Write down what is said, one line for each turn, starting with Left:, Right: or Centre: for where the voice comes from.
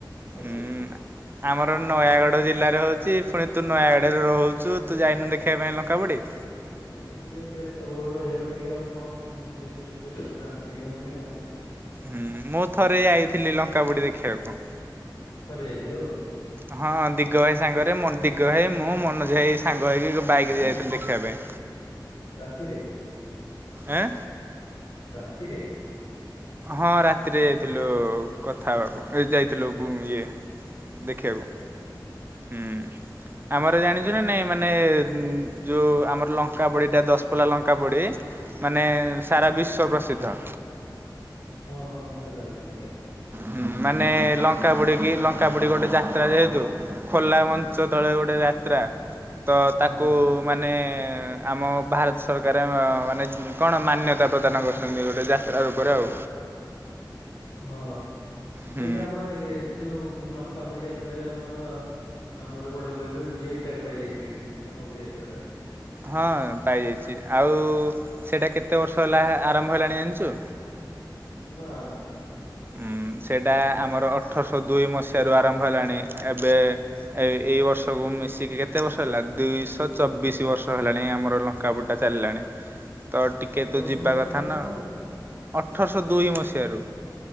Left: ଆଜେ
Right: ଉଁ ଆମର ନୟାଗଡ ଜିଲ୍ଲାରେ ହୋଉଚି, ପୁଣି ତୁ ନୟାଗଡରେ ରୋହୁଚୁ ତୁ ଯାଇନୁ ଦେଖିବା ପାଇଁ ଲଙ୍କା ପୋଡ଼ି?
Left: ଏ ଠୀକେ ବ୍ୟସ୍ତ ବହୁଳ ରହିବାକୁ ଟିକେ ଆଉ କନ୍ ଦେଖିଯିବୁ <unintelligible> ଟାଇମ୍ ଟିକେ ହଉନି ଆଉ।
Right: ହୁଁ ମୁଁ ଥରେ ଆଇଥିଲି ଲଙ୍କା ପୁଡି ଦେଖିବାକୁ।
Left: ଥରେ ଯାଇଥିଲୁ?
Right: ହଁ ଦିଗ ଭାଇ ସାଙ୍ଗରେ ମନ୍ ଦିଗ ଭାଇ ମୁଁ ମନୋଜ ଭାଇ ସାଙ୍ଗ ହେଇକି ବାଇକ ରେ ଯାଇଥିଲି ଦେଖିବା ପାଇଁ।
Left: ରାତିରେ
Right: ଆଁ
Left: ରାତିରେ
Right: ହଁ ରାତିରେ ଯାଇଥିଲୁ କଥା ହବାକୁ ଏଇ ଯାଇଥିଲୁ ଇଏ ଦେଖିବାକୁ
Left: ଓହୋ।
Right: ହୁଁ ଆମର ଜାଣିଜୁ ନା ନାଇଁ ମାନେ ଯୋଉ ଆମର ଲଙ୍କା ପଡିଟା ଦଶ ପଲା ଲଙ୍କା ପୋଡି ମାନେ, ସାରା ବିଶ୍ଵ ପ୍ରସିଦ୍ଧ।
Left: ହଁ ହଁ ମୁଁ ଏଟା ଜାଣିଚି ଏଇଟା।
Right: ହୁଁ ମାନେ ଲଙ୍କା ବୁଡ଼ିକି, ଲଙ୍କା ପୁଡ଼ି ଗୋଟେ ଯାତ୍ରା ଯେହେତୁ ଖୋଲା ମଞ୍ଚ ତଳେ ଗୋଟେ ଯାତ୍ରା, ତ
Left: ହୁଁ
Right: ତାକୁ ମାନେ, ଆମ ଭାରତ ସରକାର ଆ ମାନେ କଣ ମାନ୍ୟତା ପ୍ରଦାନ କରି ସଙ୍ଗୀ ଗୋଟେ ଯାତ୍ରା ଉପରେ ଆଉ।
Left: ହଁ
Right: ହୁଁ
Left: ଏଇଟା ଆମ ଦେଖେ, ଯୋଉ ଲଙ୍କା ପୋଡ଼ି ଯାତ୍ରାରେ ଆମର ଆମର କୋଉଟା କହିଲୁ ଯେ ଏଇଟାକୁ ପାଇଯାଇ ଯିବି ଲଙ୍କା ପୋଡି ଯାତ୍ରା ଟା।
Right: ହଁ ପାଇଯାଇଚି। ଆଉ ସେଟା କେତେ ବର୍ଷ ହେଲା ଆରମ୍ଭ ହେଲାଣି ଜାଣିଚୁ?
Left: ନା ନା।
Right: ଇମ୍ ସେଟା ଆମର ଅଠରଶ ଦୁଇ ମସିହାରୁ ଆରମ୍ଭ ହେଲାଣି, ଏବେ ଏଇ ଏ ବର୍ଷକୁ ମିଶିକି କେତେ ବର୍ଷ ହେଲା? ଦୁଇଶ ଚବିଶି ବର୍ଷ ହେଲାଣି ଆମର ଲଙ୍କାପୁଟା ଚାଲିଲାଣି। ତ
Left: ଅଠରଶହ
Right: ଟିକେ ତୁ ଯିବା
Left: ମସିହାରୁ
Right: କଥା
Left: ଆରମ୍ଭ
Right: ନା,
Left: ହେଲାଣି
Right: ଅଠରଶ ଦୁଇ ମସିହାରୁ।